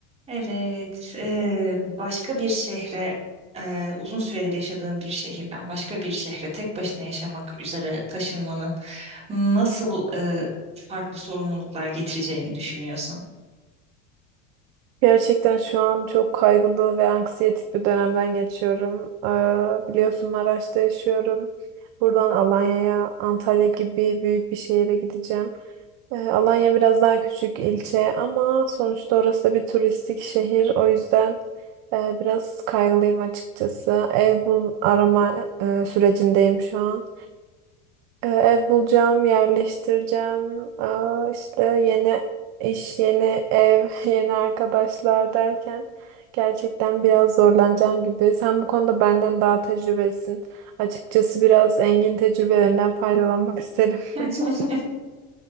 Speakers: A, on the right; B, on the right.
A: Evet, eee, başka bir şehre, eee, uzun süredir yaşadığın bir şehirden başka bir şehre tek başına yaşamak üzere taşınmanın nasıl eee, farklı sorumluluklar getireceğini düşünüyorsun?
B: Gerçekten şu an çok kaygılı ve anksiyetik bir dönemden geçiyorum. Ee, biliyorsun Maraş'ta yaşıyorum. Buradan Alanya'ya, Antalya gibi büyük bir şehire gideceğim. Ee, Alanya biraz daha küçük ilçe ama sonuçta orası da bir turistik şehir. O yüzden e, biraz kaygılıyım açıkçası. Ev bul arama e, sürecindeyim şu an. E, Ev bulacağım, yerleştireceğim. Aa, işte yeni iş, yeni ev, <laughs> yeni arkadaşlar derken gerçekten biraz zorlanacağım gibi. Sen bu konuda benden daha tecrübelisin. Açıkçası biraz Engin tecrübelerinden faydalanmak isterim.
A: <laughs>
B: <laughs>